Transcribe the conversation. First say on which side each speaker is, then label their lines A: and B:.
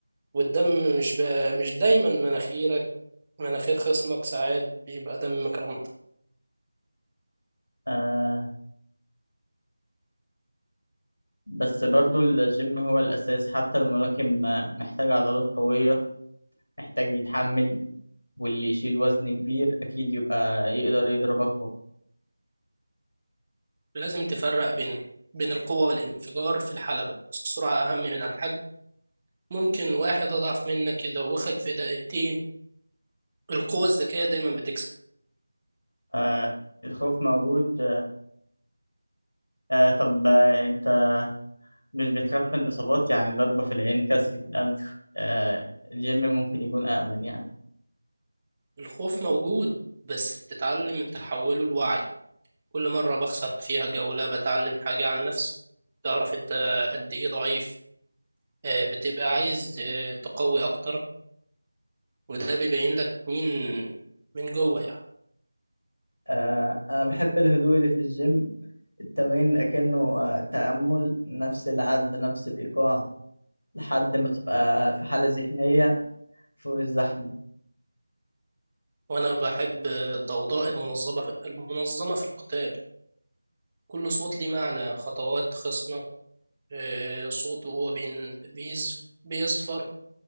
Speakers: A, on the right; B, on the left.
A: والدم مش ب... مش دايما مناخيرك مناخير خصمك ساعات بيبقى دم كرامتك
B: آه بس برضو الجيم هو الاساس حتى الملاكم آه، محتاج عضلات قوية محتاج يتحمل واللي يشيل وزن كبير اكيد يبقى يقدر يضرب اقوى
A: لازم تفرق بين ال... بين القوة والانفجار في الحلبة السرعة أهم من الحجم ممكن واحد أضعف منك يدوخك في دقيقتين القوة الذكية دايما بتكسب
B: آه الخوف موجود آه طب آه، انت مش بتخاف من الاصابات يعني ضربة في العين كسر في الانف آه الجيم ممكن يكون امن يعني
A: الخوف موجود بس بتتعلم تحوله لوعي كل مرة بخسر فيها جولة بتعلم حاجة عن نفسي تعرف أنت قد إيه ضعيف آه، بتبقى عايز آه، تقوي أكتر وده بيبين لك مين من جوه يعني
B: آه أنا بحب الهدوء اللي في الجيم التمرين أكنه آه، تأمل نفس العد نفس الإيقاع لحد ما تبقى في حالة ذهنية فوق الزحمة
A: وانا بحب الضوضاء المنظمه في المنظمه في القتال كل صوت ليه معنى خطوات خصمك آه، صوته وهو بين- بيز- بيصفر